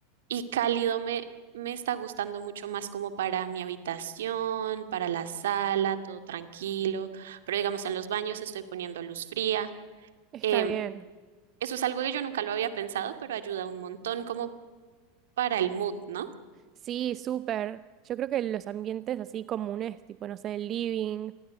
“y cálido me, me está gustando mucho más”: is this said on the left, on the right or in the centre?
Right